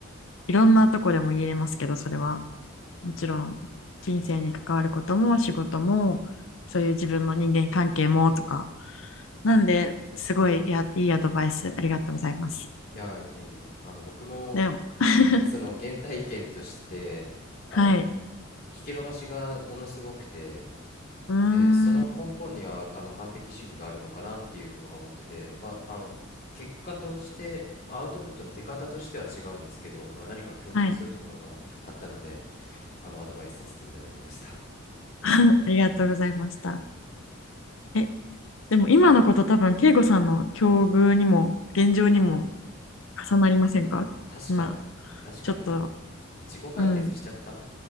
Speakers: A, on the left (about 70°); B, on the left (about 45°).
A: いろんなとこでも言えますけどそれは
B: うん
A: もちろん人生に関わることも仕事もそういう自分の人間関係もとかなんですごいいやいいアドバイスありがとうございます
B: いやいえいえあの僕も
A: でも <laughs>
B: その原体験としてあのひ
A: はい
B: 引き伸ばしがものすごくて
A: うーん
B: でその根本にはあの完璧主義があるのかなっていうのが思ってて、まあ、あの結果として、まあ、アウトプットの出方としては違うんですけど、まあ、何か共通するところがあったので
A: はい
B: あのアドバイスさせていただきました
A: ありがとうございましたえでも今のこと多分、慶吾さんの境遇にも、現状にも重なりませんかまあ
B: <laughs> あ確かに確かにもう
A: ちょっと、
B: 自己解決しちゃった
A: うん